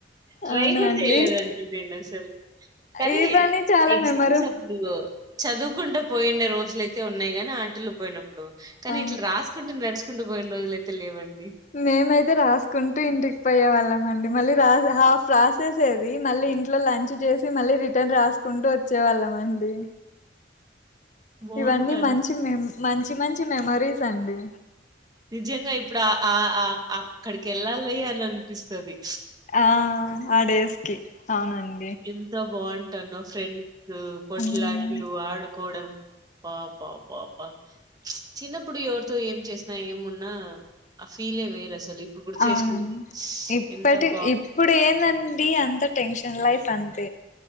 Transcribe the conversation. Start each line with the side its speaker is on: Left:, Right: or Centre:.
Right: ట్రై
Left: అవునా
Right: కూడా
Left: అండి
Right: చేయలేదండి నేను అసలు కానీ,
Left: ఈ పని చాలా
Right: ఎగ్జామ్స్
Left: మెమరు
Right: అప్పుడు చదువుకుండా పోయినా రోజులుయితే ఉన్నాయి గానీ, ఆటలు పోయినప్పుడు ఇప్పుడు కానీ
Left: ఆ
Right: ఇట్లా రాసుకుంటే నడుస్ కుంటు పోయిన రోజులైతే లేవండి.
Left: మేమైతే రాసుకుంటూ ఇంటికి పోయే వాళ్ళం అండి. మళ్ళీ రాస్ ఆ ప్రాసెస్ ఏది మళ్ళీ ఇంట్లో లంచ్ చేసి మళ్ళీ రిటర్న్ రాసుకుంటూ వచ్చేవాళ్ళమండి.
Right: బావుంటాను.
Left: ఇవన్నీ మంచి మేం మంచి మంచి మెమరీస్ అండి
Right: నిజంగా ఇప్పుడు ఆ అక్కడికి వెళ్ళాలి అని అనిపిస్తుది
Left: ఆ ఆ డేస్ కి అవునండి
Right: ఎంత బాగుంటాను ఫ్రెండ్స్ కొట్లాట్లు
Left: ఉమ్
Right: ఆడుకోవడం పా పా పా పా చిన్నప్పుడు ఎవరితో ఏం చేసినా ఏమున్నా ఆ ఫీలే వేరు అసలు ఇప్పుడు గుర్తు
Left: అవునండి
Right: చేసుకుంటే
Left: ఇప్పటి
Right: ఎంత బాగుంది
Left: ఇప్పుడు ఏందండి అంత టెన్షన్ న్లై అంత